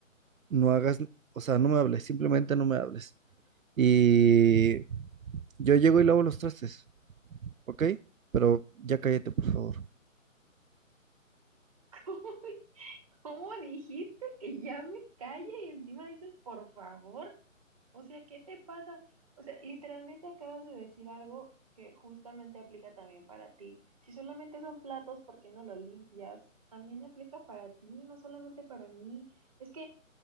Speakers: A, on the right (about 80°); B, on the right (about 25°).
A: no hagas, o sea, no me hables, simplemente no me hables. Y yo llego y lavo los trastes, ¿ok? Pero ya cállate, por favor.
B: <laughs> ¿Cómo dijiste que ya me calle y encima dices por favor? O sea, ¿qué te pasa? O sea, literalmente acabas de decir algo que justamente aplica también para ti. Si solamente son platos, porque no lo limpias? También aplica para ti, no solamente para mí. Es que